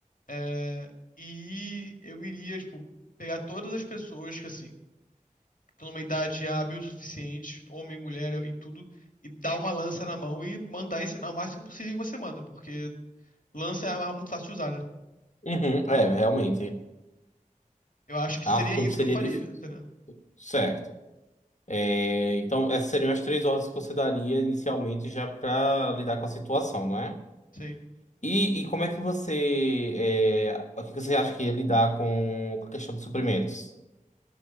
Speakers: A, on the left (about 80°); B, on the left (about 60°).
A: É, e eu iria, tipo, pegar todas as pessoas que, assim, estão numa idade hábil o suficiente, homem, mulher e tudo, e dar uma lança na mão e mandar ensinar o máximo possível em uma semana, porque lança é uma arma muito fácil de usar, né?
B: uhum. É, realmente.
A: Eu acho que
B: Arco
A: seria isso
B: seria
A: que eu faria,
B: difícil.
A: entendeu?
B: Certo. É, então, essas seriam as três ordens que você daria inicialmente já para lidar com a situação, não é?
A: Sim.
B: E, e como é que você. É, o que que você acha que ia lidar com a questão de suprimentos?